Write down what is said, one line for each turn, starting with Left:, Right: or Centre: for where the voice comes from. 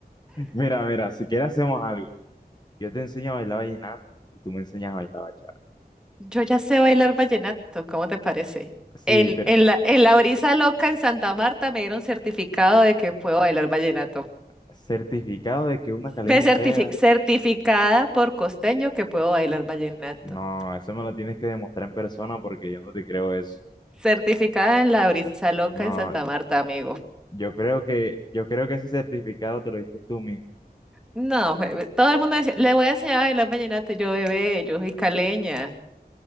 Left: mira, mira, si quieres hacemos algo. Yo te enseño a bailar vallenato y tú me enseñas a bailar bachata.
Centre: Yo ya sé bailar vallenato, ¿cómo te parece?
Left: Sí,
Centre: En,
Left: pero
Centre: en la, en la brisa loca en Santa Marta me dieron certificado de que puedo bailar vallenato.
Left: certificado de que una caleña
Centre: Ve certifi-
Left: sea,
Centre: certificada por costeño que puedo bailar vallenato.
Left: no, eso me lo tienes que demostrar en persona porque yo no te creo eso.
Centre: Certificada en la brisa loca
Left: No,
Centre: en Santa Marta, amigo.
Left: yo creo que, yo creo que ese certificado te lo diste tú mismo.
Centre: No, bebé, todo el mundo decía, le voy a enseñar a bailar vallenato, Y yo bebé, yo soy caleña.